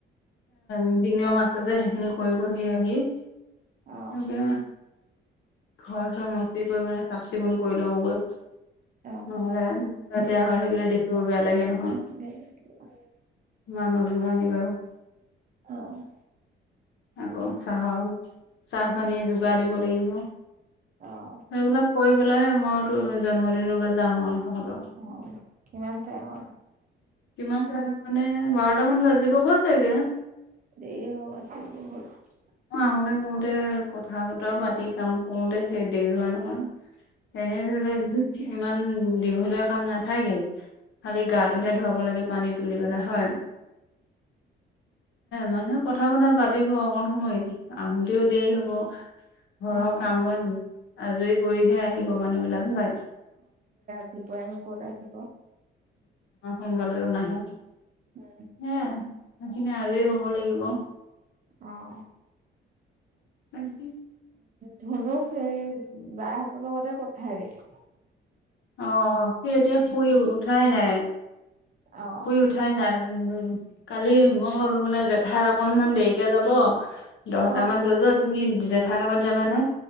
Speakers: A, on the left; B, on the right.
A: উ দিঙ ম <unintelligible> তাতে সেইখিনি কৰিবহি আহি সনেকে
B: অ'
A: ঘৰ চৰ মচি কৰি মানে চাফ চিকুণ কৰি লওঁ গৈ
B: অ'
A: নহ'লে লেতেয়া হৈ থাকিলে দেখিব বেয়া লাগে ন।
B: ব <unintelligible>
A: মানহো দুনোহ আহি আৰু।
B: অ'।
A: আকৌ চাহৰ চাহ চাহ পানী বা়িব লাগিব
B: অ'
A: সেবিলাক <unintelligible> কৰি পেলাইহে মইতো জন্মদিনলৈ যাম আৰু। তহঁতৰ
B: অ', কিমান টাইম?
A: কিমান টাইম মানে বাৰটা মান বাজিব গৈ চাগে।
B: দেৰি হ'ব আ চ <unintelligible>
A: শুওতে সশুওতে কথা বতৰা পাতি কাম কৰোতে সেই দেৰি হয় নহয়। এনে ধৰি লওক ইমান দীঘলীয়া কাম নাথাকে খালি গাত তইহে ধুৱাব লাগে, পানী তুলি পেলাই হয়, মানুহে কথা বতৰা পাতিব অকণ সময় আহোতেও দেৰি হ'ব। ঘৰৰ
B: অ',
A: কামবন আজৰি কৰিহে আহিব মানুহ বিলাক হয়।
B: দুপৰীয়ানো কত আহিব।
A: অ সোনকালে আৰু নাহে।
B: উ।
A: সেয়াই সেইখিনি আজৰি হব লাগিব।
B: আহ।
A: আজি
B: ধনুক সেই বাইহতৰ লগতে পঠাই দিলো।
A: অ সি এতিয়া শুই উঠাই নাই,
B: অ'।
A: শুই উঠাই নাই। কালি মই ক'লো মানে জেঠাই অকনমান দেৰি <unintelligible> যাব দহটামান
B: অ'।
A: বজাত তুমি জেঠাৰ লগত যাবানা।